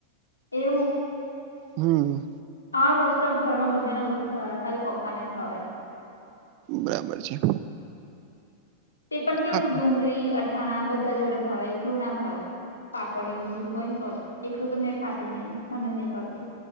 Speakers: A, on the left (about 75°); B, on the right (about 45°).
A: એવું.
B: હમ.
A: હા મોસ્ટ ઓફ ઘરમાં બધા ને ઓછી ભાવે ખાલી પપ્પા ને ભાવે.
B: બરાબર છે.
A: તે પણ કેવું
B: ખાય
A: ડુંગળી અઠાણા બધા જોડે ભાવે એકલું ના ભાવે. પાપડ એ બધું હોય ને તો એકલું તો મેં ખાતી નહી મને જ નહી ભાવતી.